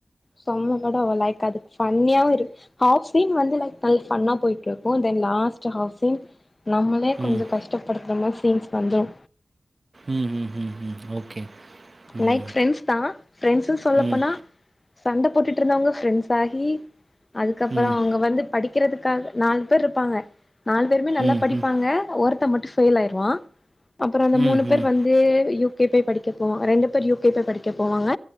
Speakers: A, on the left; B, on the right.
A: செம்ம பட லைக் அதுக் ஃபன்னியா இரு ஹாஃப் ஸ்க்ரீன் வந்து லைக் ஃபன்னா போயிட்டு இருக்கு தென் லாஸ்ட் ஹாஃப் ஸ்க்ரீன் நம்மளே கொஞ்ச
B: ம்.
A: கஷ்டப்படுத்துற மாரி சீன்ஸ் வந்துரு
B: ம்ம்ம் ஓகே ம்.
A: லைக் ஃப்ரெண்ட்ஸ் தா ஃப்ரெண்ட்ஸுனு சொல்லப்போனா
B: ம்.
A: சண்ட போட்டுட்டு இருந்தவங்க ஃப்ரெண்ட்ஸ் ஆகி அதுக்கப்புறோ
B: ம்.
A: அவங்க வந்து படிக் இருக்கறதுக்காக நாலு பேர் இருப்பாங்க நாலு பேருமே நல்லா
B: ம்,
A: படிப்பாங்க
B: ம்.
A: ஒருத்த மட்டு ஃபெயில் ஆய்ருவா அப்ற அந்த
B: ம்,
A: மூணு பேர்
B: ம்.
A: வந்து யூ கே போய் படிக்கப்போவா ரெண்டு பேர் யூ கே படிக்க போவாங்க